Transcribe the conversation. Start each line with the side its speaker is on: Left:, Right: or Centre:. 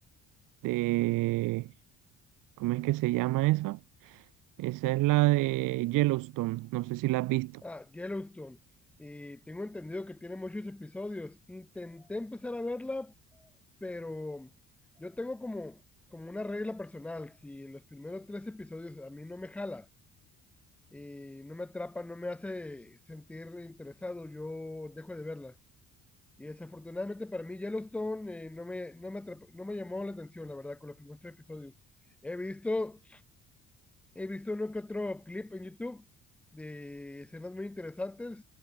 Right: de, ¿cómo es que se llama esa? Esa es la de Yellowstone, no sé si la has visto.
Centre: Ah, Yellowstone. Y tengo entendido que tiene muchos episodios. Intenté empezar a verla, pero yo tengo como, como una regla personal. Si los primeros tres episodios a mí no me jala, y no me atrapa, no me hace sentir interesado, yo dejo de verla. Y desafortunadamente para mí Yellowstone eh, no me, no me atrapó- no me llamó la atención, la verdad, con los primeros tres episodios. He visto He visto uno que otro clip en YouTube de escenas muy interesantes